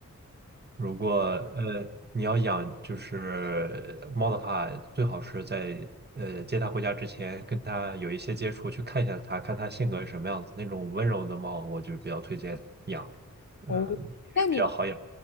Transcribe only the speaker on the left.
哦，
那你，